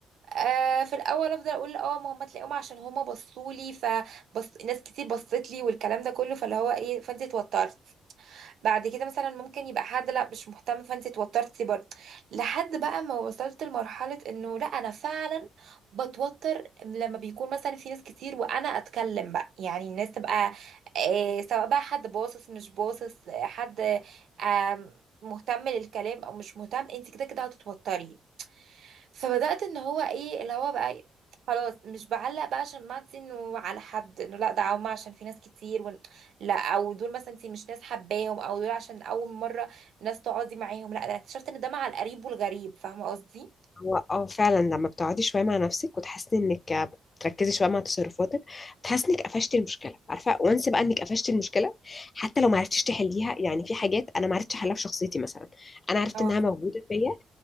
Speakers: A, on the right; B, on the left.
A: آه في الاول افضل اقول اه ما هم تلاقيهم عشان هم بصوا لي فبص ناس كتير بصت لي والكلام ده كله فاللي هو ايه فانت اتوترت بعد كده مثلا ممكن يبقى حد لا مش مهتم فانت اتوترتي برضه لحد بقى ما وصلت لمرحلة انه لا انا فعلا بتوتر لما بيكون مثلا في ناس كتير وانا اتكلم بقى يعني الناس تبقى آه سواء بقى حد باصص مش باصص آه، حد آه مهتم للكلام او مش مهتم انت كده كده هتتوتري فبدأت ان هو ايه اللي هو بقى إيه، خلاص مش بعلق بقى عشان ما انت انه على حد انه لا ده هما عشان في ناس كتير ون... لا او دول مثلا انت مش ناس حباهم او دول عشان اول مرة ناس تقعدي معاهم لا ده انا اكتشفت ان ده مع القريب والغريب فاهمة قصدي؟
B: هو اه فعلا لما بتقعدي شويه مع نفسك وتحسي انك بتركزي شويه مع تصرفاتك بتحسي انك قفشتي المشكله عارفه وانس بقى انك قفشتي المشكله حتى لو ما عرفتيش تحليها يعني في حاجات انا ما عرفتش احلها في شخصيتي مثلا انا عرفت
A: اه
B: انها موجوده فيا